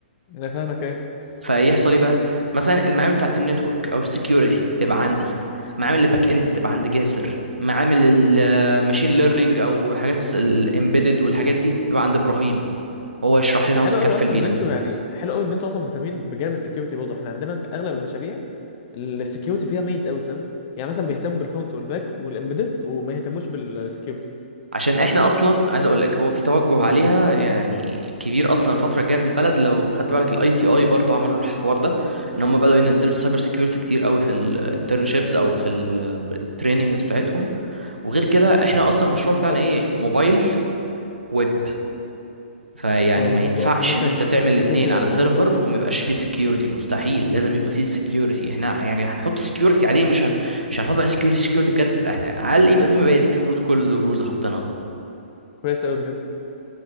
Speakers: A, on the left; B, on the right.
A: انا فاهمك ايه
B: فيحصل ايه بقى مثلا المعامل بتاعت النتورك او السكيورتي تبقى عندي معامل الباك اند تبقى عند جاسر معامل الماشين ليرنينج او حاجات الامبيدد والحاجات دي بتبقى عند ابراهيم وهو يشرح
A: انت
B: لنا
A: حلو
B: هو متكفل
A: قوي اصلا
B: بينا
A: ان انتوا يعني حلو قوي ان انتوا اصلا مهتمين بجانب السكيورتي برضه احنا عندنا اغلب المشاريع السكيورتي فيها ميت قوي فاهم يعني مثلا بيهتم بالفرونت والباك والامبيدد وما يهتموش بالسكيورتي
B: عشان احنا اصلا عايز اقول لك هو في توجه عليها يعني كبير اصلا الفتره الجايه في البلد لو خدت بالك الاي تي اي برضو عملوا الحوار ده ان هم بداوا ينزلوا السايبر سيكيورتي كتير قوي في الانترنشيبس او في التريننجز بتاعتهم وغير كده احنا اصلا المشروع بتاعنا
A: بحس
B: ايه
A: فاهم
B: موبايل ويب. فيعني
A: فبالظبط
B: ما ينفعش
A: اه فممكن
B: ان انت تعمل
A: السكيورتي
B: الاتنين
A: لا
B: على
A: مهم
B: سيرفر
A: قوي فيه
B: وما يبقاش فيه سكيورتي مستحيل لازم يبقى فيه سكيورتي احنا يعني هنحط سكيورتي عاديه مش هن... مش هنحط بقى سكيورتي سكيورتي بجد لا احنا على الاقل يبقى فيه مبادئ فيه بروتوكولز ورولز حطيناها
A: كويس قوي بجد